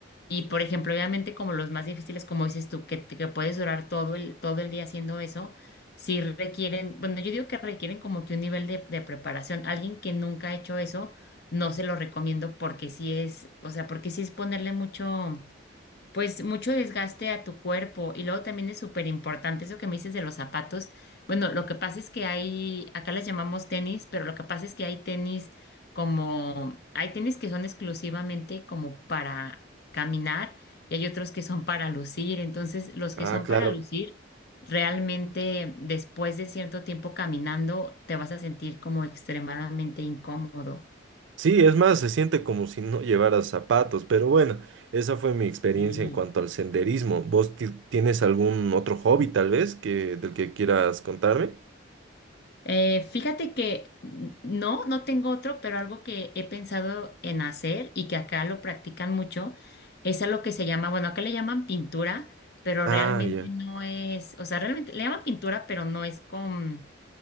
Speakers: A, on the left; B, on the right.
A: Y por ejemplo, obviamente como los más difíciles, como dices tú, que, te- que puedes durar todo el, todo el día haciendo eso, sí requieren, bueno, yo digo que requieren como que un nivel de, de preparación. Alguien que nunca ha hecho eso no se lo recomiendo porque sí es, o sea, porque sí es ponerle mucho, pues mucho desgaste a tu cuerpo. Y luego también es súper importante eso que me dices de los zapatos. Bueno, lo que pasa es que hay, acá las llamamos tenis, pero lo que pasa es que hay tenis como, hay tenis que son exclusivamente como para caminar y hay otros que son para lucir. Entonces, los
B: Ah,
A: que son
B: claro.
A: para lucir... Realmente después de cierto tiempo caminando te vas a sentir como extremadamente incómodo.
B: Sí, es más, se siente como si no llevaras zapatos, pero bueno, esa fue mi experiencia
A: Sí.
B: en cuanto al senderismo. ¿Vos ti- tienes algún otro hobby tal vez que del que quieras contarme?
A: Eh, fíjate que no, no tengo otro, pero algo que he pensado en hacer y que acá lo practican mucho es algo que se llama, bueno, acá le llaman pintura, pero
B: Ah,
A: realmente
B: ya.
A: no es, o sea, realmente le llaman pintura, pero no es con